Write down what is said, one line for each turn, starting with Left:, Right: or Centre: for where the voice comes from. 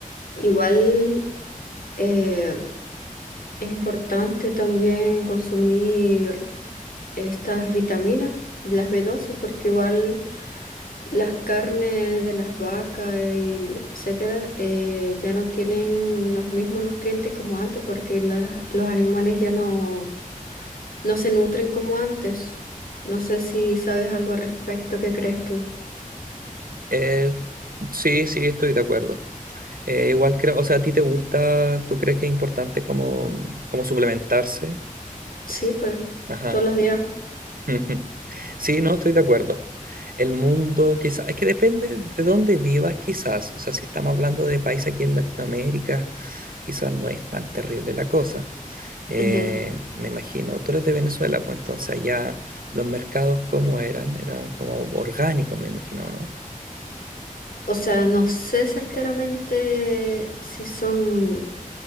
Left: Igual eh, es importante también consumir estas vitaminas, las b doce porque igual las carnes de las vacas, y etcétera, eh, ya no tienen los mismos nutrientes como antes, porque las- los animales ya no, no se nutren como antes. No sé si sabes algo al respecto, ¿qué crees tú?
Right: Eh, sí, sí, estoy de acuerdo. Eh, igual creo, o sea, ¿a ti te gusta, tú crees que es importante como, como suplementarse?
Left: Sí, pues,
Right: Ajá.
Left: todos los días.
Right: <laughs> Sí, no, estoy de acuerdo. El mundo, quizás, es que depende de dónde vivas, quizás. O sea, si estamos hablando de país aquí en Latinoamérica, quizás no es tan terrible la cosa. Eh,
Left: Ujú.
Right: me imagino, tú eres de Venezuela, pues entonces allá los mercados, ¿cómo eran? Eran como orgánicos, me imagino, ¿no?
Left: O sea, no sé certeramente si son